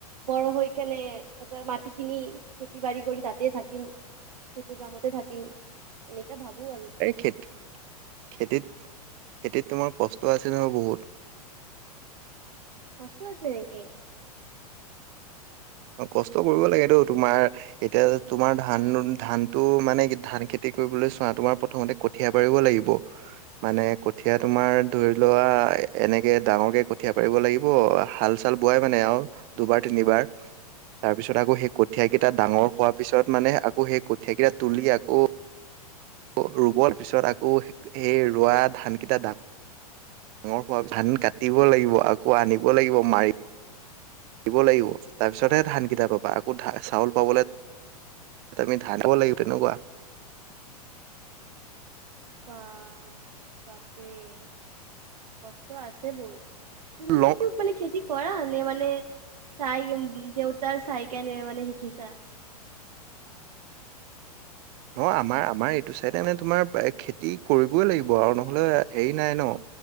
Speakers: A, on the right (about 70°); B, on the right (about 35°).
A: বৰ হৈ কেনে এটা মাটি কিনি খেতি বাৰি কৰি তাতেই থাকিম সেইটো কামতে থাকিম এনেকে ভাবো আৰু
B: খেত খেতিত খেতিত তোমাৰ কষ্ট আছে ন বহুত
A: কষ্ট আছে নেকি
B: অ কষ্ট কৰিব লাগেটো তোমাৰ এতিয়া তোমাৰ ধান ধানটো মানে ধান খেতি কৰিবলৈ চোৱা তোমাৰ প্ৰথমতে কঠিয়া পাৰিব লাগিব মানে কঠিয়া তোমাৰ ধৰি লোৱা এ এনেকে ডাঙৰকে কঠিয়া পাৰিব লাগিব হাল দাল বোৱাই মানে আউ দুবাৰ তিনিবাৰ তাৰ পিছত আকৌ সেই কঠীয়াকেইটা ডাঙৰ হোৱাৰ পিছত মানে আকৌ সেই কঠীয়াকেইটা তুলি আকৌ অ ৰুবৰ পিছত আকৌ সেই ৰোৱা ধান কেইটা দাম ঙৰ হোৱাৰি ধান কাটিব লাগিব আকৌ আনিব লাগিব মাৰি দিব লাগিব তাৰপিছতহে ধানকেইটা পাবা আকৌ ধা চাউল পাবলে ত তমিধাও লৈবনেুৱোৱা <unintelligible>
A: বা বাপৰে কষ্ট আছে বোৰ তুমিও
B: ল
A: কি মানে খেতি কৰা নে মানে চাই কেম উম দেউতাৰ চাই কে নে মানে শিকিছা
B: ন আমাৰ আমাৰ এইটো চাইডে মানে তোমাৰ খেতি কৰিবই লাগিব আৰু নহলে হেৰি নাই ন